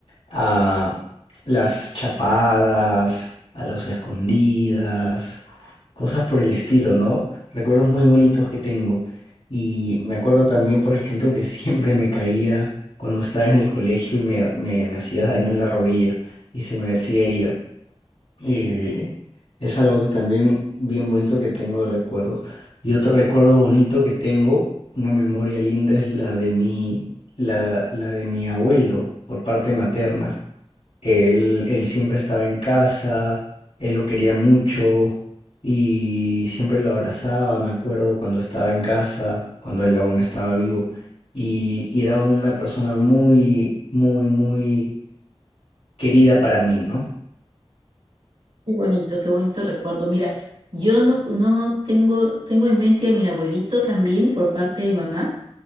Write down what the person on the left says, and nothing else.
a las chapadas, a las escondidas. cosas por el estilo, ¿no? Recuerdos muy bonitos que tengo. Y me acuerdo también, por ejemplo, que siempre me caía cuando estaba en el colegio y me, me, me hacía daño en la rodilla y se me hacía herida. y es algo también bien bonito que tengo de recuerdo. Y otro recuerdo bonito que tengo, una memoria linda, es la de mi, la, la de mi abuelo por parte materna. Él, él siempre estaba en casa, él lo quería mucho y siempre lo abrazaba, me acuerdo cuando estaba en casa, cuando él aún estaba vivo. Y, y era una persona muy, muy, muy querida para mí, ¿no?